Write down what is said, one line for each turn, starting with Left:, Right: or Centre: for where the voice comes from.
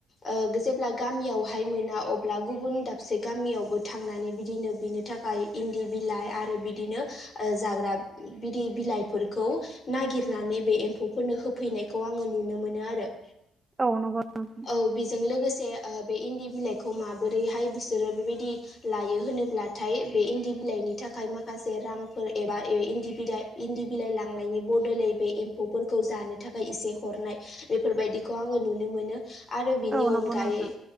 Left: ओ जेब्ला गामियावहाय मोना अब्ला गुबुन दाबसे गामियाव बो थांनानै बिदिनो बिनि थाखाय इन्दि बिलाइ आरो बिदिनो ओ जाग्रा बिदि बिलाइफोरखौ नागिरनानै बे एम्फौफोरनो होफैनायखौ आङो नुनो मोनो आरो।
Right: औ नंगौ नोंथां
Left: औ बेजों लोगोसे ओ बे इन्दि बिलाइखौ माबोरैहाय बिसोरो बेबायदि लायो होनोब्लाथाय बे इन्दि बिलाइनि थाखाय माखासे रांफोर एबा ए इन्दि बिलाइ इन्दि बिलाइ लांनायनि बदलै बे एम्फौफोरखौ जानो थाखाय एसे हरनाय बेफोरबायदिखौ आङो नुनो मोनो। आरो बिनि
Right: औ नंगौ
Left: अनगायै
Right: नोंथां